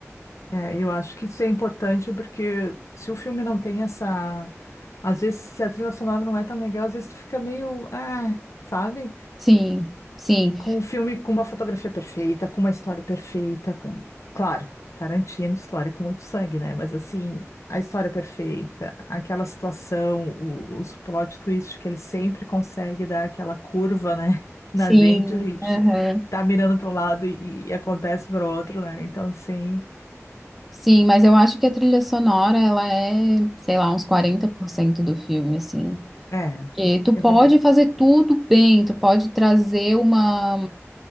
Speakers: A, on the left (about 70°); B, in the centre.
A: É, eu acho que isso é importante porque se o filme não tem essa. Às vezes, se a trilha sonora não é tão legal, às vezes tu fica meio. Ah, sabe?
B: Sim, sim,
A: Com um filme com uma fotografia perfeita, com uma história perfeita, com. Claro, Tarantino, história com muito sangue, né? Mas assim, a história perfeita, aquela situação, o- os plot twists que ele sempre consegue dar aquela curva, né? <laughs> Na
B: sim,
A: gente, a gente
B: aham.
A: tá mirando para um lado e, e acontece para o outro, né? Então, assim.
B: Sim, mas eu acho que a trilha sonora, ela é, sei lá, uns 40% do filme, assim.
A: É.
B: Que tu pode
A: Eu vou ter que
B: fazer tudo bem, tu pode trazer uma.